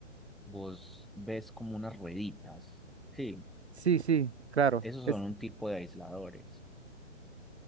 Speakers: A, in the centre; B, on the right.
A: vos ves como unas rueditas. Sí,
B: Sí, sí, claro.
A: esos
B: Es,
A: son un tipo de aisladores.